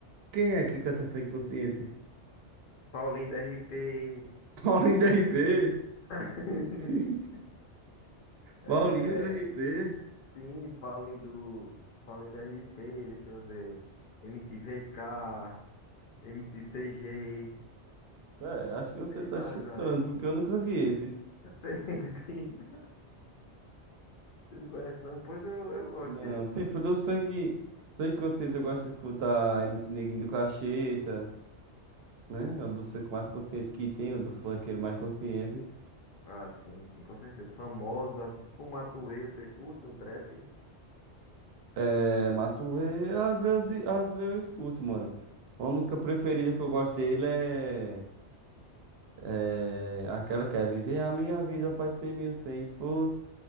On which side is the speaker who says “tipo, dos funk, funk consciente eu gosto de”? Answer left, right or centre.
Right